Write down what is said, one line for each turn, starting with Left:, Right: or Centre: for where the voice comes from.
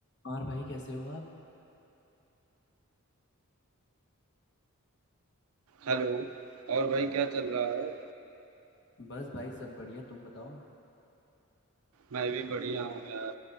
Left: और भाई कैसे हो आप
Right: Hello और भाई क्या चल रहा है
Left: बस भाई सब बढ़िया तुम बताओ
Right: मैं भी बढ़िया हूँ यार